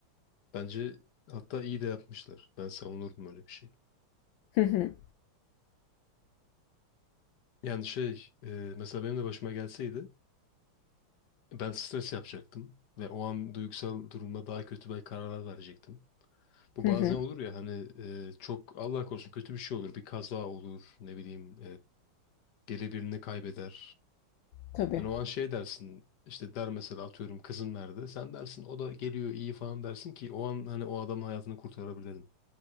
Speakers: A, on the left (about 55°); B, on the left (about 70°).
A: Bence hatta iyi de yapmışlar. Ben savunurdum öyle bir şey.
B: Hı hı,
A: Yani şey e, mesela benim de başıma gelseydi ben stres yapacaktım ve o an duygusal durumda daha kötü belki kararlar verecektim. Bu
B: hı
A: bazen
B: hı.
A: olur ya hani e, çok Allah korusun kötü bir şey olur. Bir kaza olur ne bileyim Geri birini kaybeder.
B: Tabii,
A: Hani o an şey dersin işte der mesela atıyorum kızım nerede? Sen dersin o da geliyor iyi falan dersin ki o an hani o adamın hayatını kurtarabilirim.